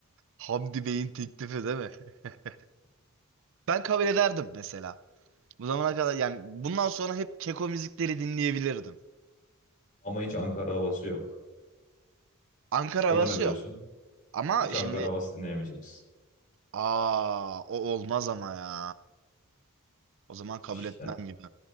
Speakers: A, on the right; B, on the left.
A: Hamdi Bey'in teklifi değil mi? <laughs> Ben kabul ederdim mesela. Bu zamana kadar yani bundan sonra hep keko müzikleri dinleyebilirdim.
B: Ama hiç Ankara havası yok.
A: Ankara havası
B: Buna ne diyorsun?
A: yok. Ama
B: Hiç Ankara
A: şimdi
B: havası dinleyemeyeceksin.
A: aa o olmaz ama ya. O zaman kabul
B: İşte
A: etmem gibi.